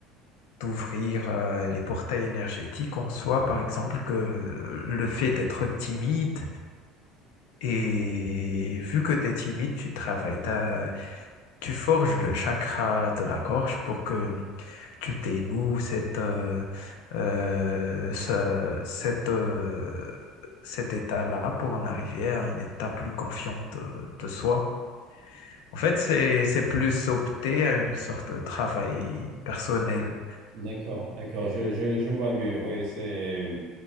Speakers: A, on the left (about 80°); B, on the right (about 55°).
A: d'ouvrir euh, les portails énergétiques en soi, par exemple, que euh, le fait d'être timide, et vu que tu es timide, tu travailles, t'as- tu forges le chakra de la gorge pour que tu dénoues cette, euh, euh, ce- cette, euh, cet état-là pour en arriver à un état plus confiant de, de soi. En fait, c'est, c'est plus opter à une sorte de travail personnel.
B: D'accord, d'accord, je, je, je vois mieux. Oui, c'est.